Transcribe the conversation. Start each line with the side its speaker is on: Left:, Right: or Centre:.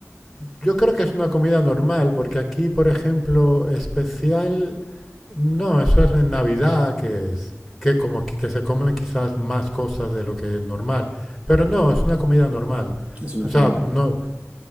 Centre: Yo creo que es una comida normal, porque aquí, por ejemplo, especial, no, eso es en Navidad, que es, que como que que se comen quizás más cosas de lo que es normal, pero no, es una comida normal.
Right: es una
Centre: O sea,
Right: comida normal?
Centre: no,